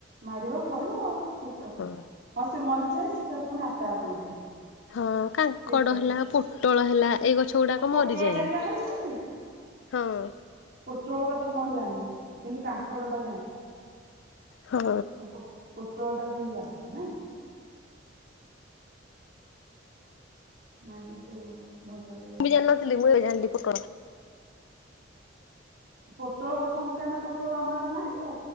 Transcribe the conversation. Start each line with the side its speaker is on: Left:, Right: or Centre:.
Right: ମାଡିବ ଫଳିବ ଆଉ ଠିକ କଥା।
Left: ହଁ
Right: ହଁ ସେ ମରିଯାଏ। ସେ ତାର ପୁଣି ଆପେ ଆପେ ଉଠେ।
Left: ହଁ କାଙ୍କଡ଼
Right: ଠିକ୍ କଥା।
Left: ହେଲା ପୋଟଳ ହେଲା ଏଇ ଗଛ ଗୁଡାକ
Right: ଆଉ ପୋଟଳଟା
Left: ମରିଯାଏ।
Right: ବି ବାହାରେ ସେମିତି
Left: ହଁ
Right: ପୋଟଳ କଥା ମୁଁ ଆଉ ଜାଣିନି କିନ୍ତୁ କାଙ୍କଡ଼ଟା
Left: ହଁ
Right: ପୋ ପୋଟଳଟା ଏମିତି ବାହାରେ ନାଇଁ। ମାଆ କିନ୍ତୁ ଭଲ ଲା
Left: ମୁଁ ବି ଜାଣି ନଥିଲି, ମୁଁ ଏବେ ଜାଣିଲି ପୁଟଳ।
Right: ପୋଟଳ କଥା ମୁଁ କାହିଁକି ନା ପୋଟଳ ଆମ ଆଡେ ନାହିଁ ତ